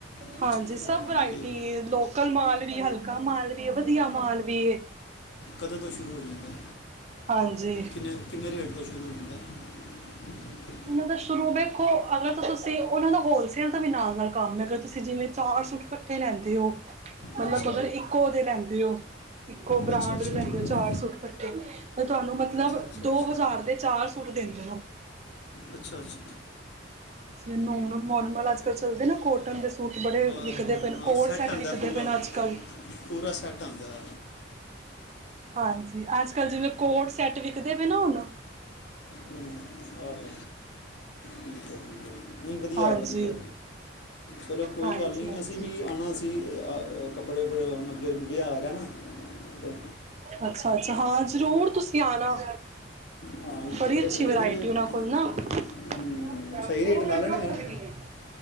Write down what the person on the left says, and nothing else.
ਅਹ,
ਮੰਦੇ
ਕਦੋਂ ਤੋਂ ਸ਼ੁਰੂ ਹੋ ਜਾਂਦਾ?
ਕਿੰਨੇ ਕਿੰਨੇ ਰੇਟ ਤੋਂ ਸ਼ੁਰੂ ਹੁੰਦਾ? <inaudible>
ਅੱਛਾ
ਅੱਛਾ ਅੱਛਾ
ਠੀਕ।
ਅੱਛਾ ਅੱਛਾ
ਅੱਛਾ
ਅੱਛਾ ਛੀ।
ਆਹ,
ਹਾਂ
ਹਾਂ
ਆਂਦਾ
ਪੂਰਾ
ਪੂਰਾ ਸੈੱਟ ਆਦਾ।
ਹੂੰ, ਆਹੋ। ਠੀਕ ਐ। ਨਹੀਂ ਵਧੀਆ-ਵਧੀਆ
ਚਲੋ ਕੋਈ
ਗੱਲ ਨਹੀਂ
ਅਸੀਂ ਵੀ ਆਣਾ ਸੀ। ਅ ਆਹ ਕੱਪੜੇ ਕੁਪੜੇ ਲ ਅੱਗੇ ਵਿਆਹ ਆ ਰਿਹਾ ਨਾ। ਤੇ
ਹਾਂ
ਕੱਪੜੇ
ਖਰੀਦਣੇ
ਹਮ,
ਸਹੀ
ਰੇਟ ਲਾ
ਲੈਣਗੇ
ਨਾ